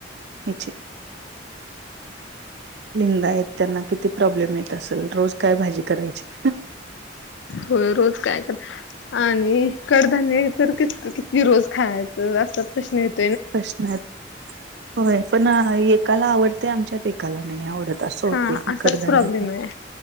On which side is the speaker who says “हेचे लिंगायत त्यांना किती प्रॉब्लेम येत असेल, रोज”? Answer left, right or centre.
Right